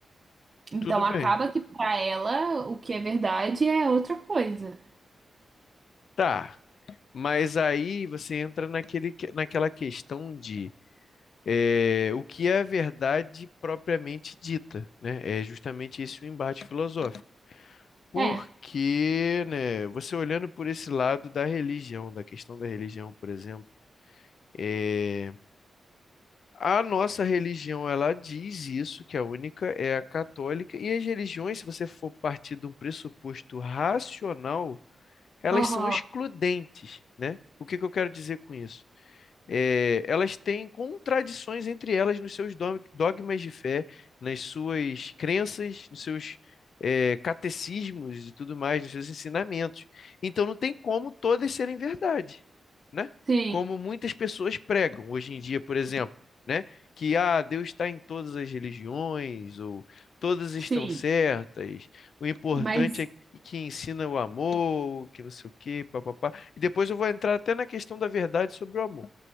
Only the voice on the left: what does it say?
tudo bem.
Tá. Mas aí você entra naquele, que- naquela questão de eh, o que é a verdade propriamente dita, né? É justamente esse o embate filosófico. Porque,
né, você olhando por esse lado da religião, da questão da religião, por exemplo, eh, A nossa religião, ela diz isso, que a única é a católica, e as religiões, se você for partir de um pressuposto racional, elas
são excludentes, né? O que que eu quero dizer com isso? é, elas têm contradições entre elas nos seus dog- dogmas de fé, nas suas crenças, nos seus é, catecismos e tudo mais, nos seus ensinamentos. Então não tem como todas serem verdade, né?
Como muitas pessoas pregam hoje em dia, por exemplo, né? Que ah, Deus está em todas as religiões, ou todas estão
certas, o importante
é que ensina o amor, que não sei o quê, papapá. E depois eu vou entrar até na questão da verdade sobre o amor